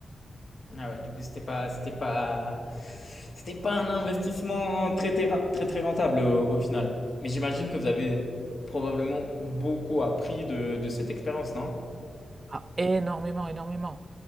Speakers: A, on the left (about 45°); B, on the right (about 40°).
A: Ah ouais, du coup, c'était pas, c'était pas, c'était pas un investissement très, très, ra- très, très rentable au, au final. Mais j'imagine que vous avez probablement beaucoup appris de, de cette expérience, non?
B: Ah, énormément, énormément.